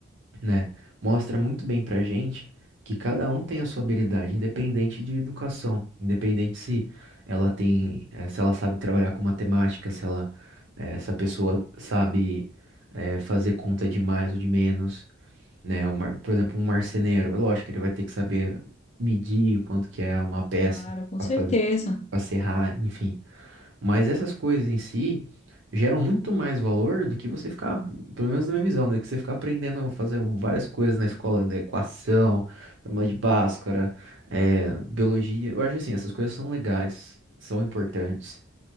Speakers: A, on the right; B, on the left.
A: né, mostra muito bem pra gente que cada um tem a sua habilidade, independente de educação, independente se ela tem, eh, se ela sabe trabalhar com matemática, se ela, eh, se a pessoa sabe, eh, fazer conta de mais ou de menos, né? O mar- por exemplo, um marceneiro, é lógico que ele vai ter que saber medir quanto que é uma peça
B: Claro, com
A: para
B: certeza.
A: fazer, para serrar, enfim. Mas essas coisas em si geram muito mais valor do que você ficar, pelo menos na minha visão, né? Que você ficar aprendendo a fazer várias coisas na escola, né? Equação, fórmula de Bhaskara, é, biologia. Eu acho assim, essas coisas são legais, são importantes,